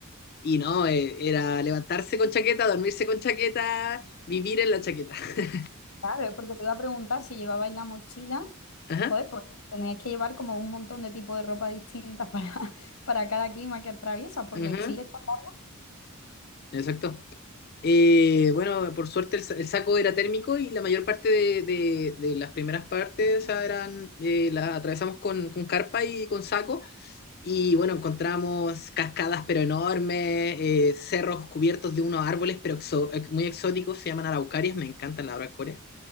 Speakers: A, on the left; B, on the left.
A: Y no, eh, era levantarse con chaqueta, dormirse con chaqueta, vivir en la chaqueta. <laughs>
B: Claro, porque te iba a preguntar si llevabais la mochila.
A: Ajá,
B: Joder, pues teníais que llevar como un montón de tipos de ropa distintas para, <laughs> para cada clima que atraviesas, porque
A: ajá,
B: Chile está largo.
A: exacto. Eh, bueno, por suerte el, sa- el saco era térmico y la mayor parte de, de- de las primeras partes, o sea, eran, eh, las atravesamos con, con carpa y con saco. Y bueno, encontramos cascadas pero enormes, eh, cerros cubiertos de unos árboles pero exo- eh, muy exóticos, se llaman araucarias, me encantan las araucarias